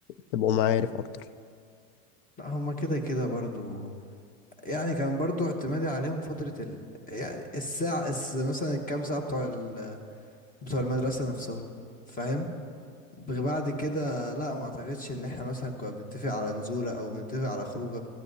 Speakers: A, on the left; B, on the left.
A: تبقوا معارف اكتر
B: لا هما كده كده برضو يعني كان برضو اعتمادي عليهم فترة ال... يعني الساعة الس... مثلا الكام ساعة بتوع ال... بتوع المدرسة نفسهم فاهم بغ- بعد كده لا ما اعتقدش ان احنا مثلا كنا بنتفق على نزولة او بنتفق على خروجة